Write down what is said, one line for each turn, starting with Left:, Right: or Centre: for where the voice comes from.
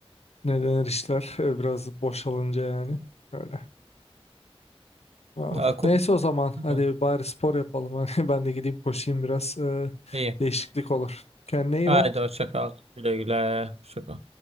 Left: ne denir işler <laughs> e, biraz boşalınca yani öyle. Aa,
Right: Daha ko-
Left: Neyse o zaman hadi
Right: Evet.
Left: bari spor yapalım <laughs> hani ben de gideyim koşayım biraz e,
Right: İyi.
Left: değişiklik olur. Kendine iyi
Right: Haydi
Left: bak.
Right: hoşça kal. Güle güle. Hoşça kal.